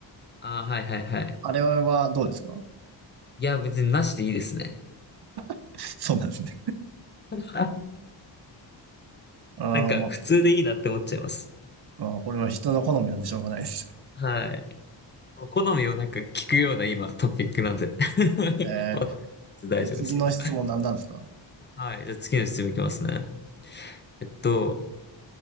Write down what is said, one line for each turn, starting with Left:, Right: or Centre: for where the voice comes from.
Left: ああ、はいはいはい。
Right: あれはどうですか
Left: いや、別になしでいいですね。
Right: <laughs> そうなんですね。
Left: <laughs>
Right: あー、
Left: なんか、
Right: も
Left: 普通でいいなって思っちゃいます。
Right: う、あーこれは人の好みなんでしょうがないです。
Left: はい。好みをなんか聞くような今、トピックなんで。<laughs>
Right: え
Left: わかんないです大丈夫ですけど。
Right: ー、え、次の質問何なんですか
Left: はい。じゃあ次の質問いきますね。えっと、